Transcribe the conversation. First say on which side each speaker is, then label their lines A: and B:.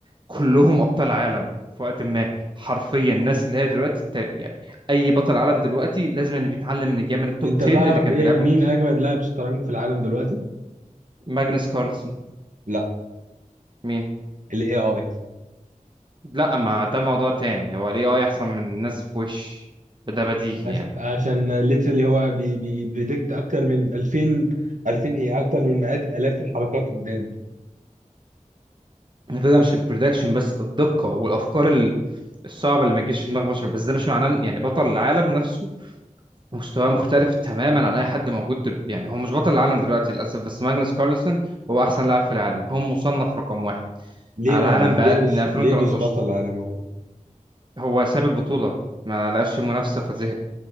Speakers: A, on the right; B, on the right.
A: كلهم ابطال عالم في وقت ما حرفيا الناس اللي هي دلوقتي الت- يعني اي بطل عالم دلوقتي لازم إن بيتعلم من الجيم التوب
B: انت تعرف
A: 10 اللي كان
B: ايه
A: بيلعبهم
B: مين
A: فيشر
B: اجمد لاعب شطرنج في العالم دلوقتي
A: ماجنس كارلسن
B: لا
A: مين
B: الاي اي
A: لا ما ده موضوع تاني هو الاي اي احسن من الناس بوش ده بديهي
B: عش-
A: يعني
B: عشان ليترلي هو بي بي بريدكت اكتر من 2000 2000 ايه اكتر من مئات الاف الحركات قدام
A: الفكره مش البرودكشن بس الدقه والافكار ال- الصعبه اللي ما تجيش في دماغ بشر بس ده مش معناه إن- يعني بطل العالم نفسه مستواه مختلف تماما عن اي حد موجود دل... يعني هو مش بطل العالم دلوقتي للاسف بس ماجنس كارلسن هو احسن لاعب في العالم هو مصنف رقم واحد
B: ليه
A: على
B: ما
A: العالم
B: بي...
A: بقى
B: ليه مش
A: من 2013
B: ليه مش بطل عالم هو
A: هو ساب البطوله ما لقاش فيه منافسه فزهق